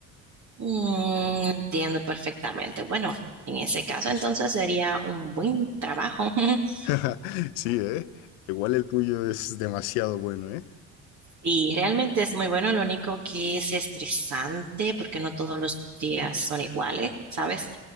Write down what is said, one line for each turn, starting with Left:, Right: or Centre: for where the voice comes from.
Right: Mm, entiendo perfectamente. Bueno, en ese caso,
Left: Pues-
Right: entonces sería un buen trabajo <laughs>
Left: <laughs> Sí, ¿eh? Igual el tuyo es demasiado bueno, ¿eh?
Right: Sí, realmente es muy bueno, lo único que es estresante porque no todos los días son iguales, ¿sabes?